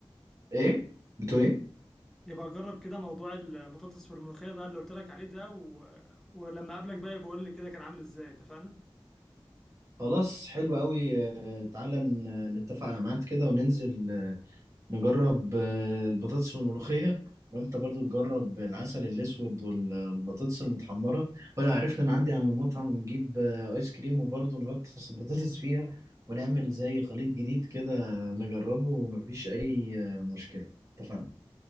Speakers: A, on the right; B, in the centre.
A: إيه؟ بتقول ايه؟
B: يبقى جرب كده موضوع البطاطس والملوخية بقى اللي قلت لك عليه ده و... ولما اقابلك بقى يبقى قول لي كده كان عامل ازاي اتفقنا
A: خلاص حلو قوي آه تعالى ن- نتفق على ميعاد كده وننزل آه، نجرب آه، البطاطس والملوخية وانت برضو تجرب العسل الاسود والبطاطس المتحمرة ولا عرفنا نعدي على المطعم ونجيب آه، ايس كريم وبرضو نغطس البطاطس فيها ونعمل زي خليط جديد كده نجربه ومفيش اي آه، مشكلة اتفقنا